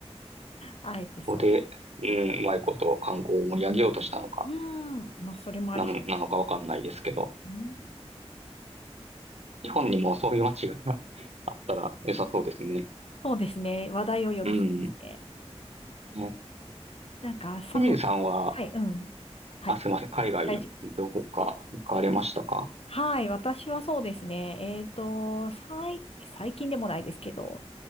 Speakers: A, on the left; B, on the right.
A: あえてそうしてる。
B: ここで、うん、うまいこと観光を盛り上げようとしたのか、
A: うーん。まあ、それもありそ
B: なん、なのかわかんないですけど、
A: う。うん
B: 日本にもそういう町が <laughs> あったら良さそうですね。
A: そうですね。話題を呼びそうですね。
B: うん。ね
A: なんか、佐藤、
B: ひみりさんは、
A: はい、うん。はい。
B: あ、すいません、海外どこか行かれましたか
A: 大丈夫。はい。私はそうですね。えっと、最、最近でもないですけど、